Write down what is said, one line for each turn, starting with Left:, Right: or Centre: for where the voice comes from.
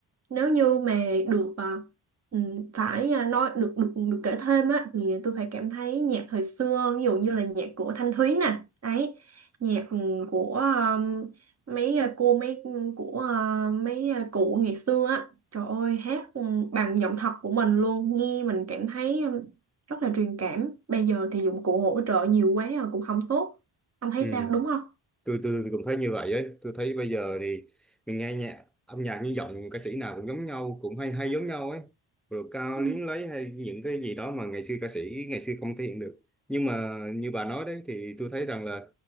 Right: nếu như mà được ờ, ừm, phải ờ, nói được được được kể thêm á thì tôi phải cảm thấy nhạc thời xưa ví dụ như là nhạc của Thanh Thúy nè ấy nhạc ừm, của ờm, mấy ờ, cô mấy của ờ, mấy ờ, cụ ngày xưa á trời ơi hát ừm, bằng giọng thật của mình luôn nghe mình cảm thấy ừm, rất là truyền cảm bây giờ thì dụng cụ hỗ trợ nhiều quá rồi cũng không tốt Ông thấy
Centre: ừ.
Right: sao, đúng không?
Centre: tôi tôi tôi cũng thấy như vậy ấy tôi thấy bây giờ thì mình nghe nhạc âm nhạc như giọng ca sĩ nào cũng giống nhau cũng hay hay giống nhau ấy rồi cao
Right: Ừ.
Centre: luyến lấy hay những cái gì đó mà ngày xưa ca sĩ ngày xưa không thể hiện được nhưng mà như bà nói đấy thì tôi thấy rằng là